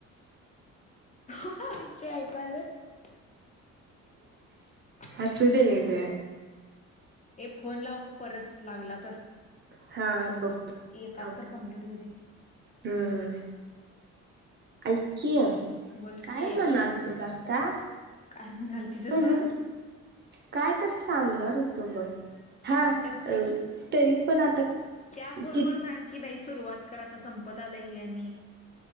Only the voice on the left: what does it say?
ओह् शी ऐकले <unintelligible>
ए फोन लावग परत लागला तर
एकाच तर कम्प्लीट होऊ दे
बोल
की
काय म्हणाल तिचं
तर
आटप
त्या फोन
वर सांग की बाई सुरुवात कर आता संपत आलाय हे आणि